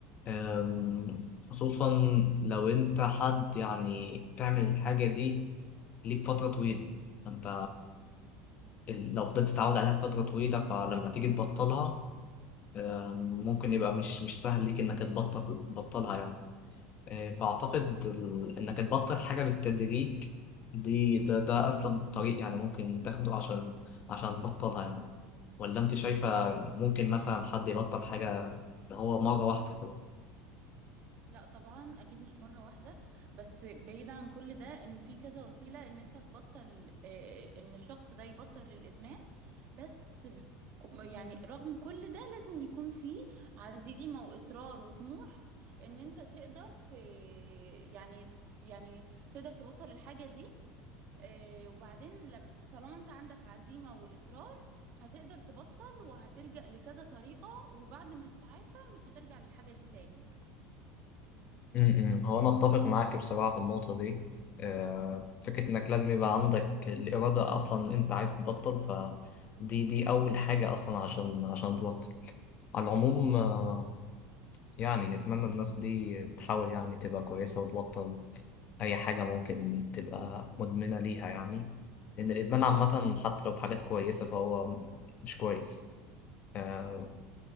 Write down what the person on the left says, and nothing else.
أم، خصوصا لو أنت حد يعني تعمل الحاجة دي ليك فترة طويلة فانت ال- لو فضلت تتعود عليها فترة طويلة فلما تيجي تبطلها آم، ممكن يبقى مش مش سهل ليك انك تبطل تبطلها يعني آه، فاعتقد ال- انك تبطل حاجة بالتدريج دي ده ده اسلم طريق يعني ممكن تاخده عشان عشان تبطلها يعني ولا انت شايفة ممكن مثلا حد يبطل حاجة اللي هو مرة واحدة
امم هو انا اتفق معاك بصراحه في النقطه دي آه، فكره انك لازم يبقى عندك الاراده اصلا ان انت عايز تبطل فدي دي اول حاجه اصلا عشان عشان تبطل على العموم آه، يعني نتمنى الناس دي تحاول يعني تبقى كويسه وتبطل اي حاجه ممكن تبقى مدمنه ليها يعني لان الادمان عامه حتى لو في حاجات كويسه فهو مش كويس آه،